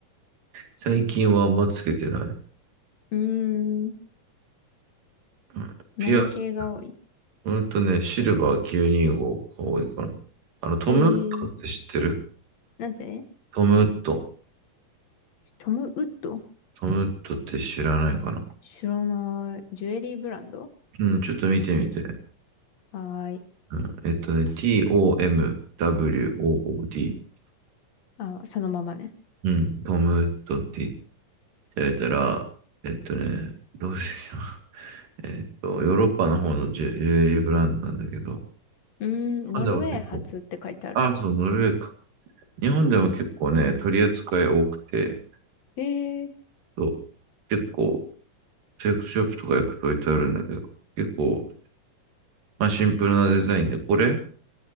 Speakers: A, on the right; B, on the left.
A: 最近はあんまつけてない。
B: うーん。
A: うんピアス、
B: 何系が多い
A: ほんとね、シルバー925が多いかな。あの、トムウッドって知ってる
B: えー、なんて
A: トムウッド。
B: トム・ウッド
A: トムウッドって知らないかな。
B: 知らない。ジュエリーブランド
A: うん、ちょっと見てみて。
B: はーい。
A: うん、えっとね、TOMWOOD。
B: あ、そのままね。
A: うん、トムウッドって言ってあげたら、えっとね、どうしてな。<laughs> えっと、ヨーロッパの方のジュ、ジュエリーブランドなんだけど、
B: うーん、
A: 日本でも結構、
B: ノルウェー発って書いてあるわ。
A: あ、そう、ノルウェーか。日本でも結構ね、取り扱い多くて、
B: えー、
A: そう。結構、セレクトショップとか行くと置いてあるんだけど、結構、まあシンプルなデザインで、これ